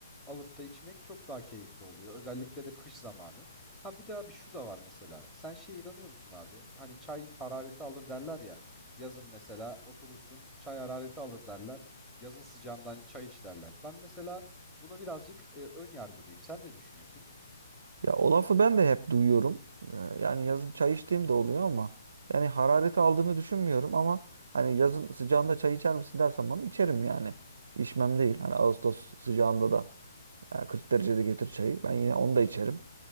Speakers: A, in the centre; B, on the right (about 60°).
A: alıp da içmek çok daha keyifli oluyor. Özellikle de kış zamanı. Ha bir de abi şu da var mesela. Sen şeye inanıyor musun abi? Hani çay harareti alır derler ya. Yazın mesela oturursun çay harareti alır derler. Yazın sıcağında hani çay iç derler. Ben mesela Buna birazcık e, ön yargılıyım. Sen ne düşünüyorsun?
B: Ya o lafı ben de hep duyuyorum. Ee, Yani yazın çay içtiğim de oluyor ama yani harareti aldığını düşünmüyorum ama hani yazın sıcağında çay içer misin dersen bana içerim yani. İçmem değil. Hani Ağustos sıcağında da yani 40 derecede getir çayı. Ben yine onu da içerim.